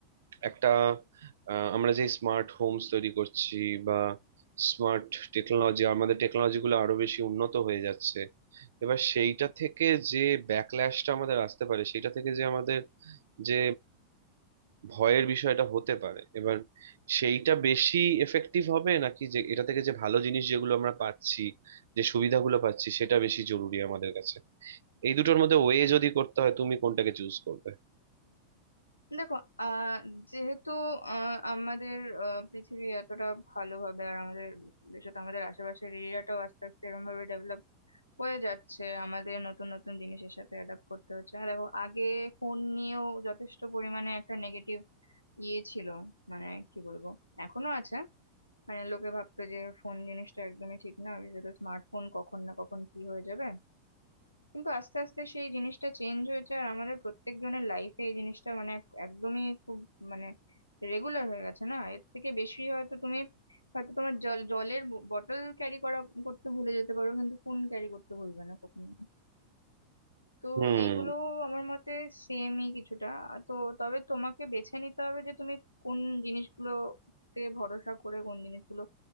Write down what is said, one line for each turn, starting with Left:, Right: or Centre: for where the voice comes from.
Right: একটা আহ, আমরা যে স্মার্ট হোমস তৈরি করছি বা স্মার্ট টেকনোলজি আমাদের টেকনোলজি গুলো আরো বেশি উন্নত হয়ে যাচ্ছে এবার সেইটা থেকে যে ব্যাকল্যাশটা আমাদের আসতে পারে সেটা থেকে যে আমাদের যে ভয়ের বিষয়টা হতে পারে এবার সেইটা বেশি এফেক্টিভ হবে নাকি যে এটা থেকে যে ভালো জিনিস যেগুলো আমরা পাচ্ছি যে সুবিধাগুলো পাচ্ছি সেটা বেশি জরুরি আমাদের কাছে এই দুটোর মধ্যে ওয়ে যদি করতে হয় তুমি কোনটাকে চুজ করবে
Left: দেখো আহ যেহেতু আহ, আমাদের আহ, পৃথিবী এতটা ভালোভাবে আর আমাদের বিশেষত আমাদের আশেপাশের এরিয়াটাও আস্তে আস্তে এরকম ভাবে ডেভেলপ হয়ে যাচ্ছে আমাদের নতুন নতুন জিনিসের সাথে অ্যাডাপ্ট করতে হচ্ছে আর দেখো আগে ফোন নিয়েও যথেষ্ট পরিমাণে একটা নেগেটিভ ইয়ে ছিল মানে কি বলবো এখনো আছে মানে লোকে ভাবতো যে ফোন জিনিসটা একদমই ঠিক না বিশেষত স্মার্টফোন কখন না কখন কি হয়ে যাবে কিন্তু আস্তে আস্তে সেই জিনিসটা চেঞ্জ হয়েছে আর আমাদের প্রত্যেকজনের লাইফে এই জিনিসটা মানে এক- একদমই খুব মানে রেগুলার হয়ে গেছে না এর থেকে বেশি হয়তো তুমি হয়তো তোমার জল জলের বোতল ক্যারি করা করতে ভুলে যেতে পারো কিন্তু ফোন ক্যারি করতে ভুলবে না কখনো তো
Right: হুম
Left: এইগুলো আমার মতে সেমই কিছুটা আ- তো তবে তোমাকে বেছে নিতে হবে যে তুমি কোন জিনিসগুলোতে ভরসা করে কোন জিনিসগুলো